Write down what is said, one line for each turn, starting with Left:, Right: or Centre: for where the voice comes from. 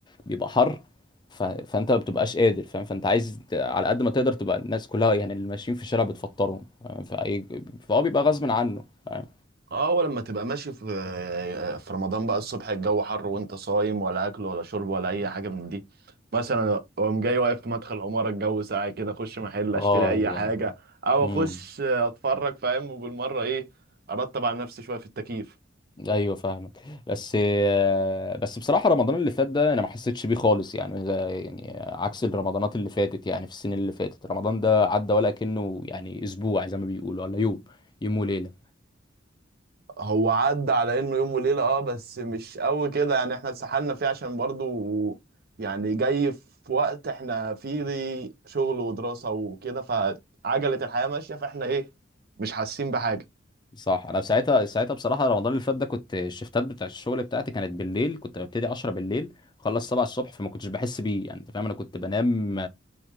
Left: بيبقى حر ف... فانت ما بتبقاش قادر فاهم فانت عايز ت- على قد ما تقدر تبقى الناس كلها يعني اللي ماشيين في الشارع بتفطرهم فاهم؟ فأي... فهو بيبقى غصب عنه فاهم
Right: اه ولما تبقى ماشي في في رمضان بقى الصبح الجو حر وانت صايم ولا اكل ولا شرب ولا اي حاجه من دي مثلا اقوم جاي واقف في مدخل عماره الجو ساقع كده اخش محل
Left: اه
Right: اشتري اي
Left: يا
Right: حاجه
Left: لهوي.
Right: او
Left: امم
Right: اخش اتفرج فاهم وبالمره ايه ارتب على نفسي شويه في التكييف
Left: ايوه فاهمك بس آه، بس بصراحه رمضان اللي فات ده انا ما حسيتش بيه خالص يعني ده يعني عكس الرمضانات اللي فاتت يعني في السنين اللي فاتت رمضان ده عدى ولا كأنه يعني اسبوع زي ما بيقولوا ولا يوم يوم وليله
Right: هو عدى على انه يوم وليله اه بس مش قوي كده يعني احنا اتسحلنا فيه عشان برضو يعني جاي في وقت احنا فيه دي شغل ودراسه وكده فعجله الحياه ماشيه فاحنا ايه مش حاسين بحاجه
Left: صح انا ساعتها ساعتها بصراحه رمضان اللي فات ده كنت الشفتات بتاع الشغل بتاعتي كانت بالليل كنت ببتدي 10 بالليل خلص 7 الصبح فما كنتش بحس بيه يعني انت فاهم انا كنت بنام